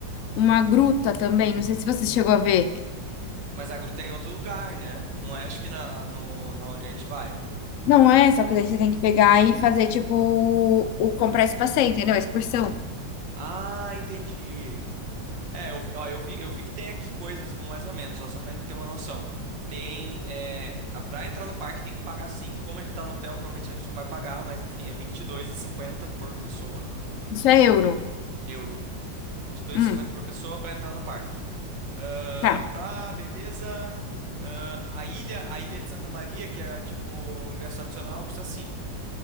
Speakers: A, on the left; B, on the right.
A: uma gruta também, não sei se você chegou a ver.
B: Mas a gruta é em outro lugar, né? Não é, acho que na, no, na onde a gente vai.
A: Não é, só que daí você tem que pegar e fazer tipo o comprar esse passeio, entendeu? A excursão.
B: Ah, entendi. É, eu, vi- ó, eu vi, eu vi que tem aqui coisas mais ou menos, ó, só pra gente ter uma noção. Tem, é, a- pra entrar no parque tem que pagar sim, como a gente tá no hotel, provavelmente a gente não vai pagar, mas enfim, é vinte e dois e cinquenta por pessoa,
A: Isso é euro.
B: euro. vinte e dois
A: Hum,
B: e cinquenta por pessoa para entrar no parque. Ah,
A: tá.
B: tá, beleza. Ah, a ilha, a ilha de Santa Maria, que é tipo o ingresso adicional, custa 5